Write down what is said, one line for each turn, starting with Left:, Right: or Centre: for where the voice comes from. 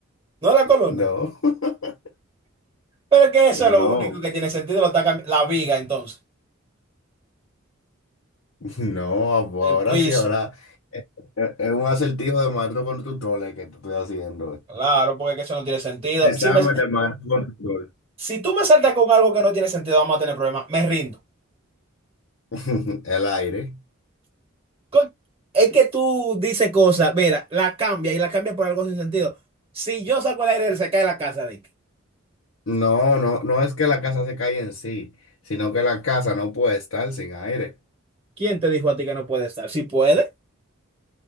Right: No la columna.
Left: No. <laughs>
Right: Pero que eso
Left: Que
Right: es lo
Left: no.
Right: único que tiene sentido. Lo está cambi- la viga, entonces.
Left: No, pues
Right: El
Left: ahora
Right: piso.
Left: sí, ahora. Es es es un acertijo de maestro con tutor el que te estoy haciendo.
Right: Claro, porque que eso no tiene sentido.
Left: Examen
Right: Si, me,
Left: de maestro con tutor.
Right: si tú me saltas con algo que no tiene sentido, vamos a tener problemas. Me rindo.
Left: <laughs> El aire.
Right: Con- es que tú dices cosas, mira, la cambia y la cambia por algo sin sentido. Si yo saco el aire, se cae la casa, Dick.
Left: No, no, no es que la casa se caiga en sí, sino que la casa no puede estar sin aire.
Right: ¿Quién te dijo a ti que no puede estar? Si puede,